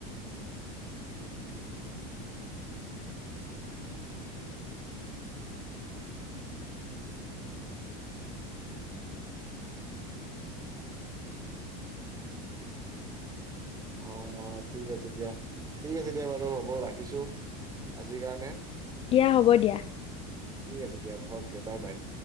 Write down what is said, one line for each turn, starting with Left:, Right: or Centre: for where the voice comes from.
Right: অ' অ' ঠিক আছে দিয়া ঠিক আছে দিয়া বাৰু হ'ব ৰাখিছো আজিৰ কাৰণে।
Left: দিয়া হ'ব দিয়া।
Right: ঠিক আছে দিয়া অকে বাই বাই।